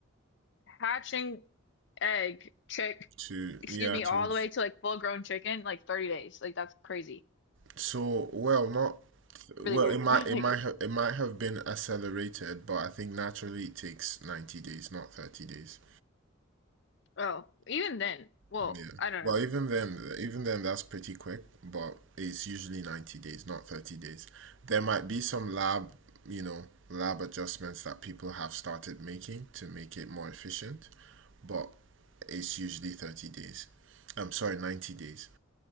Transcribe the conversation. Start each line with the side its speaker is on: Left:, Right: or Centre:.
Left: hatching egg, chick,
Right: To
Left: excuse
Right: yeah
Left: me,
Right: to
Left: all the way to like full grown chicken, like 30 days. Like that's crazy.
Right: so well not well
Left: Really weird.
Right: it might
Left: <laughs>
Right: it
Left: Like,
Right: might have it might have been accelerated, but I think naturally it takes 90 days, not 30 days.
Left: oh, even then, well,
Right: Yeah.
Left: I don't
Right: Well,
Left: know.
Right: even then, even then, that's pretty quick, but it's usually 90 days, not 30 days. There might be some lab, you know, lab adjustments that people have started making to make it more efficient, but it's usually 30 days. I'm sorry, 90 days.